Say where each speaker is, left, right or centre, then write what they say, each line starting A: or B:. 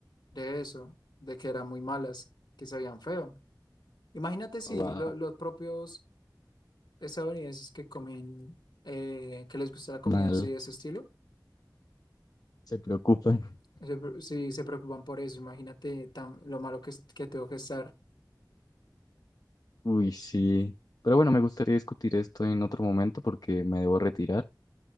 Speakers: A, on the left; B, on the left.
A: de eso, de que eran muy malas, que sabían feo. Imagínate si
B: Wow,
A: lo- los propios estadounidenses que comen, eh, que les gusta la comida
B: mal,
A: así de ese estilo,
B: se preocupan.
A: Se pre- Sí, se preocupan por eso. Imagínate tan, lo malo que, es- que tengo que estar.
B: Uy, sí. Pero bueno, me gustaría discutir esto en otro momento porque me debo retirar.